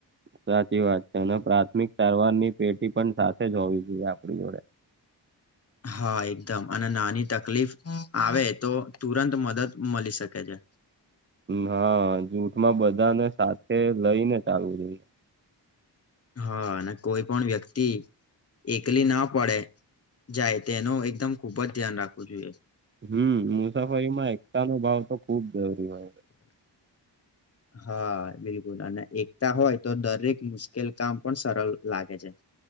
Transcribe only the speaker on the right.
સાચી વાત છે, અને પ્રાથમિક સારવાર ની પેટી પણ સાથે જ હોવી જોઈએ આપણી જોડે.
હા જૂથ માં બધાને સાથે લઈને ચાલવું જોઈ.
હમ્મ મુસાફરીમાં એકતા નો ભાવ તો ખુબ જરૂરી હોય છે.